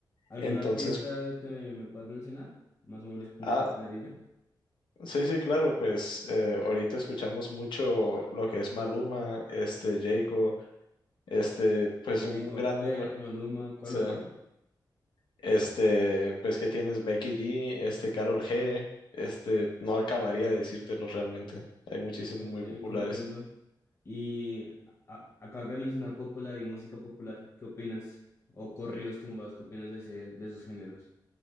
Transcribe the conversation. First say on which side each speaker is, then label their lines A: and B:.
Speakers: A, on the left; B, on the left.
A: ¿Algún
B: Entonces,
A: artista que me puedas mencionar? Más o menos como
B: ah,
A: para tener idea.
B: sí, sí, claro, pues eh, ahorita escuchamos mucho lo que es Maluma, este Jayco, este, pues
A: Jay
B: un
A: Cortés,
B: gran número. O
A: Maluma, ¿cuál
B: sea,
A: otro?
B: este, pues que tienes Becky G, este Karol G, este, no acabaría de decírtelos realmente. Hay muchísimos
A: Ok,
B: muy populares.
A: comprendo. Y a- acabas de mencionar popular y música popular. ¿Qué opinas? O corridos tumbados, ¿qué opinas de ese, de esos géneros?